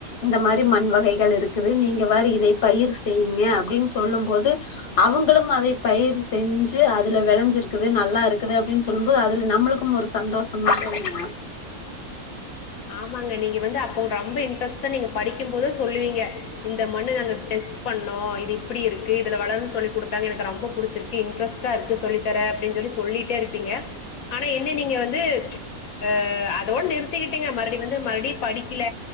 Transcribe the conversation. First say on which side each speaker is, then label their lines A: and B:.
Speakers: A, on the left; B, on the left.
A: இந்த மாரி மண் வகைகள் இருக்குது நீங்க வேற இத பயிர் செய்யுங்க அப்டின்னு சொல்லும் போது அவுங்களும் அதே பயர செஞ்சு அதுல வெளைஞ்சிருக்குது நல்லா இருக்குது அப்டின்னு சொல்லும் போது அதுல நம்மளுக்கு மண் ஒரு சந்தோஷம் <inaudible>
B: ஆமாங்க நீங்க வந்து அப்ப ரொம்ப இன்ட்ரெஸ்ட்டு நீங்க படிக்கும் போதே சொல்லுவீங்க இந்த மண்ணு நாங்க டெஸ்ட் பண்ணோ இது இப்டி இருக்கு இதுல வளரும் சொல்லி குடுத்தாங்க எனக்கு ரொம்ப படிச்சிருக்கு இன்ட்ரெஸ் ரா இருக்கு சொல்லித்தர அப்டின் சொல்லி சொல்லிட்டே இருப்பீங்க ஆனா என்ன நீங்க வந்து அ அதோட நிறுத்திக்கிட் ட்டீங்க மறுபடி வந்து மறுபடியு படிக்கில